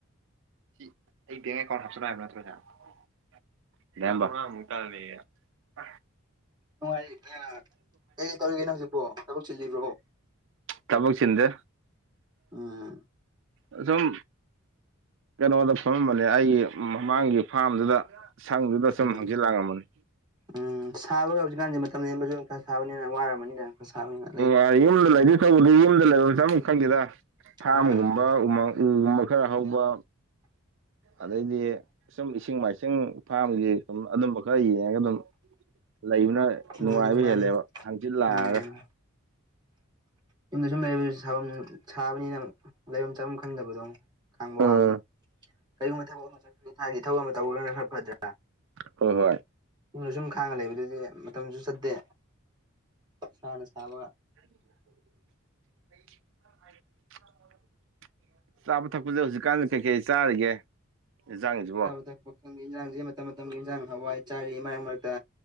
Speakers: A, on the right; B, on the right.
A: ꯁꯤ ꯑꯩ <unintelligible> ꯍꯥꯞꯆꯜꯂꯛ ꯍꯥꯏꯕ ꯅꯠꯇ꯭ꯔꯖꯥ <unintelligible>
B: ꯅꯨꯡꯉꯥꯏ ꯀꯩ ꯀꯩ ꯇꯧꯔꯤꯒꯦ ꯍꯧꯖꯤꯛꯄꯣ ꯊꯕꯛ ꯆꯤꯜꯂꯤꯕ꯭ꯔꯣꯍ
A: ꯊꯕꯛ ꯆꯤꯟꯗꯦ
B: ꯎꯝ
A: ꯑꯁꯨꯝ ꯀꯩꯅꯣꯗ ꯐꯝꯃꯝꯕꯅꯦ ꯑꯩꯒꯤ ꯃꯃꯥꯡꯒꯤ ꯐꯥꯔꯝꯗꯨꯗ ꯁꯪꯗꯨꯗ ꯁꯨꯝ
B: ꯎꯝ
A: ꯍꯪꯆꯤꯠ ꯂꯥꯡꯂꯝꯝꯕꯅꯤ
B: ꯎꯝ ꯁꯥꯕꯒ ꯍꯧꯖꯤꯛꯀꯥꯟꯗꯤ ꯃꯇꯝ ꯂꯦꯟꯕꯁꯨ ꯈꯔ ꯁꯥꯕꯅꯤꯅ ꯋꯥꯔꯝ <unintelligible>
A: ꯑꯣ ꯌꯨꯝꯗ ꯂꯩꯗꯤ ꯊꯧꯕꯗꯤ ꯌꯨꯝꯗ ꯂꯩꯐꯝꯁꯦ ꯑꯃꯨꯛ ꯈꯪꯗꯦꯗ꯫ ꯐꯥꯝꯒꯨꯝꯕ
B: ꯎꯝ
A: ꯎ ꯎꯒꯨꯝꯕ ꯈꯔ ꯍꯧꯕ ꯑꯗꯩꯗꯤ ꯁꯨꯝ ꯏꯁꯤꯡ ꯃꯥꯏꯁꯤꯡ ꯐꯥꯝꯒꯤ ꯁꯨꯝ ꯑꯗꯨꯝꯕ ꯈꯔ ꯌꯦꯡꯉꯒ ꯑꯗꯨꯝ ꯂꯩꯕꯅ ꯅꯨꯡꯉꯥꯏꯕ
B: ꯃꯥꯅꯤ ꯃꯥꯅꯤ
A: ꯍꯦꯜꯂꯦꯕ ꯍꯪꯆꯤꯠ ꯂꯥꯡꯑꯒ꯫
B: ꯎꯝ ꯌꯨꯝꯗ ꯁꯨꯝ ꯂꯩ ꯁꯥꯐꯝ ꯁꯥꯕꯅꯤꯅ ꯂꯩꯔꯝ ꯆꯥꯐꯝ ꯈꯪꯗꯕꯗꯣ ꯈꯥꯡꯕ
A: ꯎꯝ
B: ꯋꯥꯕꯗꯣ꯫ ꯀꯔꯤꯒꯨꯝꯕ ꯊꯕꯛ ꯑꯃ ꯆꯠ ꯊꯥꯒꯤ ꯊꯕꯛ ꯑꯃ ꯇꯧꯕꯒꯅ ꯈꯔ ꯐꯗ꯭ꯔꯥ꯫
A: ꯍꯣꯏ ꯍꯣꯏ
B: ꯁꯨꯝꯅ ꯁꯨꯝ ꯈꯥꯡꯉ ꯂꯩꯕ ꯑꯗꯨꯗꯤ ꯃꯇꯝꯁꯨ ꯆꯠꯇꯦ ꯏꯁꯥꯅ ꯁꯥꯕꯒ꯫
A: <inaudible> <unintelligible> ꯆꯥꯕ ꯊꯛꯄꯁꯦ ꯍꯧꯖꯤꯛꯀꯥꯟꯗꯤ ꯀꯩꯀꯩ ꯑꯩ ꯆꯥꯔꯤꯒꯦ꯫ ꯑꯦꯟꯖꯥꯡꯁꯨ
B: ꯆꯥꯕ ꯊꯛꯄꯪꯗꯦ ꯏꯟꯖꯥꯡꯁꯦ ꯃꯇꯝ ꯃꯇꯝꯒꯤ ꯏꯟꯖꯥꯡ ꯍꯋꯥꯏ ꯆꯥꯔꯤ ꯃꯔꯛ ꯃꯔꯛꯇ